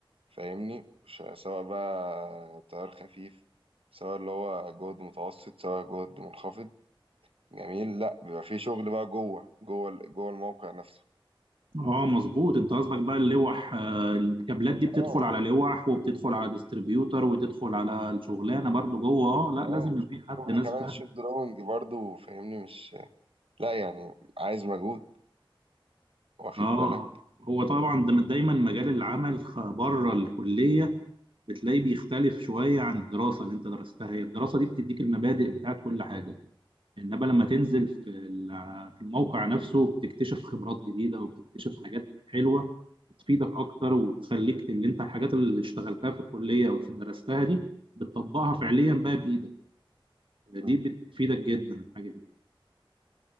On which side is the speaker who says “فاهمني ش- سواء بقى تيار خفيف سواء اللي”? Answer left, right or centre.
Right